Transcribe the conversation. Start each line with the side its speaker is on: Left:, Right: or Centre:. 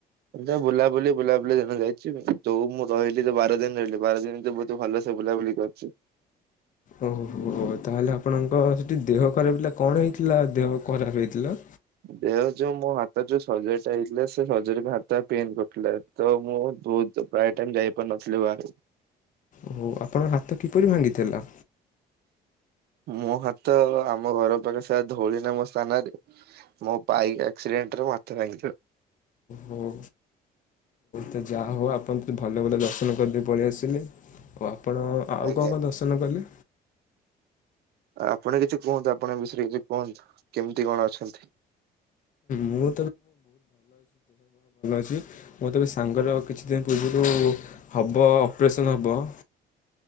Right: ଏ ବୁଲାବୁଲି ବୁଲାବୁଲି ଦିନ ଯାଇଛି ତୋଉ ମୁଁ ରହିଲି ତ ବାର ଦିନ ରହିଲି ବାର ଦିନ ତ ବହୁତ ଭଲ ସେ ବୁଲା ବୁଲି କରିଛି।
Left: ଓହୋ ତାହେଲେ ଆପଣଙ୍କ ସେଠି ଦେହ ଖରାପ ହେଥିଲା କଣ ହେଇଥିଲା ଦେହ ଖରାପ ହେଇଥିଲା?
Right: ଦେହ ଯୋଉ ମୋ ହାତ ଯୋଉ ସର୍ଜରୀ ଟା ହେଇଥିଲା ସେ ସର୍ଜରୀ ହାତ ଟ ପେନ୍ କରିୁଥିଲା ତ ମୁଁ ତୁ ତ ପ୍ରାୟ ଟାଇମ ଯାଇ ପାରୁ ନଥିଲୁ ବାସ।
Left: ଓ ଆପଣଙ୍କ ହାତ କିପରି ଭାଙ୍ଗିଥିଲା?
Right: ମୋ ହାତ ଆମ ଘର ପାଖେ ସେ ଧଉଳିନା ମୋ ସ୍ଥାନରେ ମୋ ବାଇକ୍ ଆକ୍ସିଡେଣ୍ଟରେ ମୋ ହାତ ଭାଙ୍ଗିଥିଲା।
Left: ହୁଁ ତ ଯାହେଉ ଆପଣ ଭଲ ଭଲ ଦର୍ଶନ ଜଲଦି ପଳେଇ ଆସିଲି ଓ ଆପଣ ଆଉ
Right: ଆଜ୍ଞା
Left: କଣ କଣ ଦର୍ଶନ କଲେ?
Right: ଆପଣ କିଛି କୁହନ୍ତୁ ଆପଣ ବିଷୟରେ କିଛି କୁହନ୍ତୁ କେମିତି କଣ ଅଛନ୍ତି?
Left: ମୁଁ ମତେ ଏ ବେ ସାଙ୍ଗର କିଛି ଦିନ ପୂର୍ବରୁ ହବ ଅପରେସନ ହବ <inaudible>